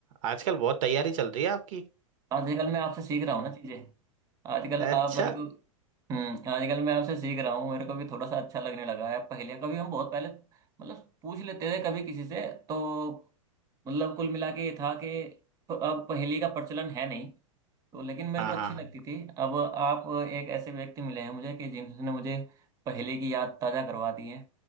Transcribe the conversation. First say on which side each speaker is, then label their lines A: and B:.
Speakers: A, on the right; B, on the right.
A: आजकल बहुत तैयारी चल रही है आपकी
B: आजकल मैं आपसे सीख रहा हूँ ना चीजें आजकल
A: अच्छा
B: आप मेरे को हम्म आजकल मैं आपसे सीख रहा हूँ मेरे को भी थोड़ा सा अच्छा लगने लगा है पहले कभी हम बहुत पहले मतलब पूछ लेते थे कभी किसी से तो मतलब कुल मिला के ये था कि प- अब पहेली का प्रचलन है नहीं तो लेकिन मेरे
A: हाँ
B: को अच्छी
A: हाँ हाँ
B: लगती थी अब आप एक ऐसे व्यक्ति मिले हैं मुझे कि जिन्होंने मुझे पहेली की याद ताजा करवा दी है